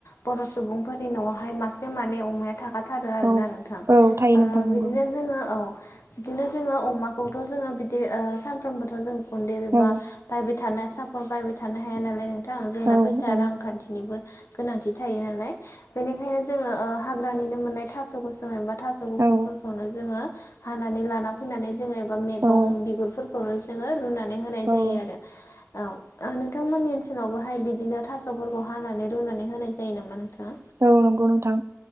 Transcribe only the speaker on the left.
बर' सुबुंफोरनि न'आवहाय मासे मानै अमाया थाखाथारो आरोना
नोंथां
ओ
बिदिनो जोङो औ बिदिनो जोङो अमाखौथ' जोङो बिदि सानफ्रोमबोथ' जों गुन्दै बिबा
बायबाय थानो सापर्ट बायबाय थानो हाया नालायों थां जोंना
फैसा
रांखान्थिनिबो गोनांथि थायो नालाय बेनिखायनो जोङो हाग्रानिनो मोननाय थास' गोसोम एबा थास' गुफुरफोरखौनो
जोङो हानानै लाना फैनानै जोङोबा मैगं
बिगुरफोरखौनो जोङो रुनानै होनाय
जायो आरो बिथांमोननि ओनसोलावबोहाय बिदिनो थास'फोरखौ हानानै रुनानै होनाय जायो नामा नोंथाङा?